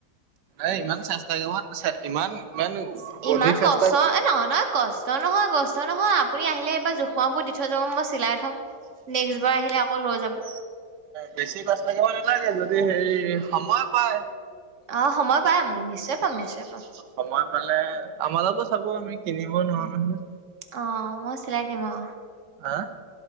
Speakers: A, on the right; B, on the right.
A: এ ইমান চেষ্টা কিমান ইমান
B: চ ইমান
A: অধিক চেষ্টা
B: কষ্ট নহয়, নহয়, কষ্ট নহয়, কষ্ট নহয়। আপুনি আহিলে এবাৰ জোখ মাখবোৰ দি থৈ যাব, নেক্সট বাৰ আহিলে আকৌ লৈ যাব।
A: বেছি কষ্ট লাগিব নালাগে, যদি হে সময় পাই।
B: অ', সময় পাম, নিশ্চয় পাম, নিশ্চয় পাম।
A: সময় পালে। আমাৰো চাব আমি কিনিব নোৱাৰো নহয়।
B: অহ মই চিলাই দিম অ,
A: হা